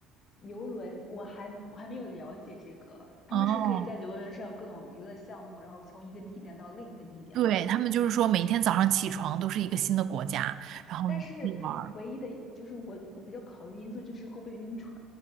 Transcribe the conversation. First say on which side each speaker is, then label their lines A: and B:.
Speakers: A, on the left; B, on the right.
A: 游轮。我还我还没有了解这个，他们是可以在游轮上有各种娱乐项目，
B: 哦，
A: 然后从一个地点到另一个地点吧。
B: 对，他们就是说每一天早上起床都是一个新的国家，然后你可以玩。
A: 但是唯一的就是我我比较考虑因素就是会不会晕船，